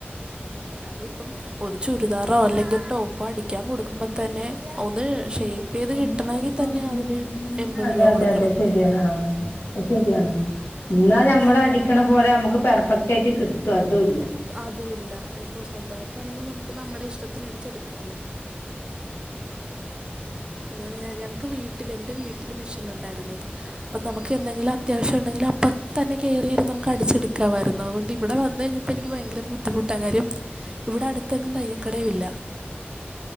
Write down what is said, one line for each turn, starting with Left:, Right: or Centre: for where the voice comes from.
Right: കാര്യം ഇപ്പം ഒരു ചുരിദാറോ അല്ലെങ്കിൽ ഒരു ടോപ്പോ അടിക്കാൻ കൊടുക്കുമ്പം തന്നെ ഒന്ന്
Left: ഓ
Right: ഷേപ്പ് ചെയ്ത്
Left: ഒന്ന്
Right: കിട്ടണെങ്കി
Left: ഷേപ്പാക്കുമ്പോഴത്തിന്
Right: തന്നെ അതിന്
Left: തന്നെ
Right: എൺപത്
Left: അതെ
Right: രൂപ
Left: അതെ
Right: കൊടുക്കണം
Left: അതെ ശരിയാണ് ആ അത് ശരിയാണ് ഇന്നാ
Right: അപ്പം ഞാൻ
Left: ഞമ്മള്
Right: നോക്കിയിട്ട്
Left: അടിക്കണ
Right: ഇപ്പം
Left: പോലെ അമ്മക്ക് പെർഫെക്റ്റ് ആയിട്ട് കിട്ടോ അതൂല്ല
Right: അതു ഇല്ല ഇപ്പൊ സ്വന്തവായിട്ടാണെങ്കി നമുക്ക് നമ്മടെ ഇഷ്ട്ടത്തിന് അടിച്ചെടുക്കാല്ലോ അതാണ് ഞാൻ ഞങ്ങക്ക് വീട്ടില് എൻ്റെ വീട്ടില് മെഷീൻ ഒണ്ടായിരുന്നേ അപ്പൊ നമ്മക്ക് എന്തെങ്കിലത് ത്യാവശ്യണ്ടെങ്കില് അപ്പത്തന്നെ കേറിയിരുന്ന് നമ്മക്ക് അടിച്ചെടുക്കാവായിരുന്നു അവോണ്ട് ഇവിടെ വന്ന് കഴിഞ്ഞപ്പ് പ്പ എനിക്ക് വയങ്കര ബുദ്ധിമുട്ടാ കാര്യം ഇവിടെ അടുത്തെങ്ങും തയ്യക്കടയു ഇല്ല